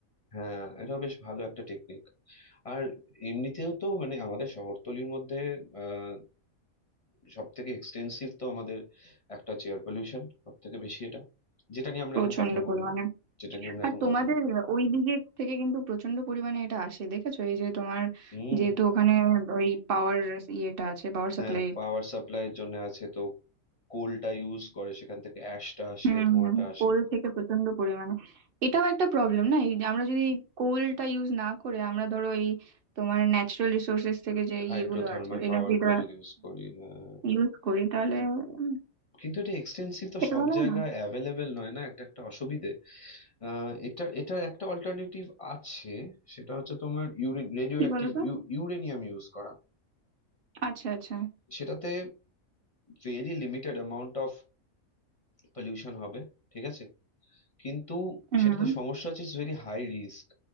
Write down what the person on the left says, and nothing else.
হ্যাঁ এটা বেশ ভালো একটা টেকনিক আর এমনিতেও তো মানে আমাদের শহরতলির মধ্যে আহ সব থেকে এক্সটেন্সিভ তো আমাদের একটা হচ্ছে এয়ার পলিউশন সব থেকে বেশি এটা যেটা নিয়ে আমরা
এখন কথা বললাম
যেটা নিয়ে আমরা
এখন
কথা বল
হুম
হ্যাঁ পাওয়ার সাপ্লাইয়ের জন্য আছে তো কোলটা ইউজ করে সেখান থেকে অ্যাশটা আসে
ধোঁয়াটা আসে
হাইড্রোথার্মাল
পাওয়ার গুলো যদি ইউজ করি হ্যাঁ
কিন্তু এটা এক্সটেন্সিভ তো
সব
জায়গায়
অ্যাভেলেবেল নয় না একটা একটা অসুবিধে আহ, এটা এটার একটা অল্টারনেটিভ আছে সেটা হচ্ছে তোমার ইউরেন রেডিও
অ্যাক্টিভ
ইউরেনিয়াম ইউজ করা
সেটাতে very limited amount of pollution হবে ঠিক আছে কিন্তু
সেটাতে সমস্যা আছে ইটস ভেরি হাই রিস্ক